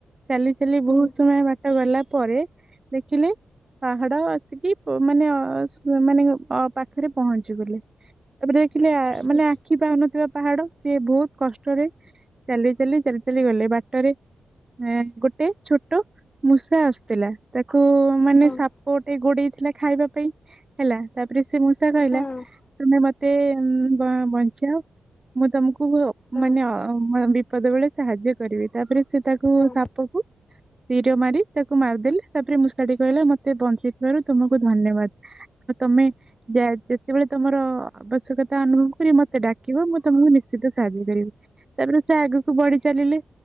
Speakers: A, on the right; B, on the left.
A: ଚାଲି ଚାଲି
B: ହୁଁ
A: ବହୁତ୍ ସମୟ ବା ଟ ଗଲା ପରେ ଦେଖିଲେ ପାହାଡ ଅଛିକି ପ ମାନେ ଅସ୍ ମାନେ ଅ ପାଖେରେ ପହଞ୍ଚିଗଲେ ତାପରେ ଦେଖିଲେ
B: ହଁ
A: ମାନେ ଆଖି ପାଉନଥିବା ପାହାଡ ସିଏ ବହୁ କଷ୍ଟରେ ଚାଲି ଚାଲି ଚାଲି ଚାଲି ଗଲେ ବାଟରେ ଏଁ ଗୋଟେ ଛୋଟ ମୂଷା ଆସ୍ଥିଲା ତାକୁ ମାନେ
B: ହଁ।
A: ସାପ ଟେ ଗୋଡେଇଥିଲା ଖାଇବା ପାଇଁ ହେଲା ତାପରେ ସେ ମୂଷା କହିଲା
B: ହଁ
A: ତୁମେ ମତେ ବବଞ୍ଚାଅ ମୁଁ ତମକୁ
B: ହଁ
A: ମାନେ ଅ ବିପଦ ବେଳେ ସାହାଯ୍ୟ କରିବି ତାପରେ ସେ ତାକୁ
B: ହଁ
A: ସାପକୁ ତୀର ମାରି ତାକୁ ମାର୍ଦେଲେ ତାପରେ ମୂଷା ଟି କହିଲା ମତେ ବଞ୍ଚେଇଥିବାରୁ ତୁମକୁ ଧନ୍ୟବାଦ୍। ଆଉ ତମେ ଯା ଯେତେବେଳେ ତମର ଆବଶ୍ୟକତା ଅନୁଭବ କରିବ ମତେ ଡାକିବ ମୁଁ ତମକୁ ନିଶ୍ଚିତ ସାହାଯ୍ୟ କରିବି। ତାପରେ ସେ ଆଗକୁ ବଢି ଚାଲିଲେ